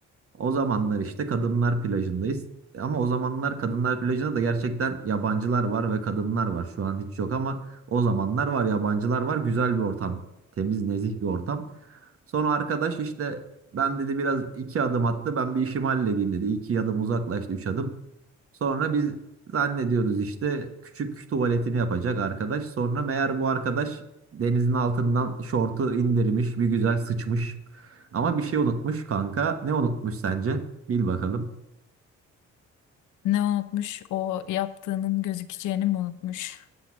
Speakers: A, on the right; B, on the left.
A: O zamanlar işte kadınlar plajındayız. Ama o zamanlar kadınlar plajında da gerçekten yabancılar var ve kadınlar var. Şu an hiç yok ama o zamanlar var yabancılar var. Güzel bir ortam. Temiz nezih bir ortam. Sonra arkadaş işte ben dedi biraz iki adım attı. Ben bir işimi halledeyim dedi. İki adım uzaklaştı, üç adım. Sonra biz zannediyoruz işte küçük tuvaletini yapacak arkadaş. Sonra meğer bu arkadaş denizin altından şortu indirmiş, bir güzel sıçmış. Ama bir şey unutmuş kanka. Ne unutmuş sence? Bil bakalım.
B: Ne unutmuş? O yaptığının gözükeceğini mi unutmuş?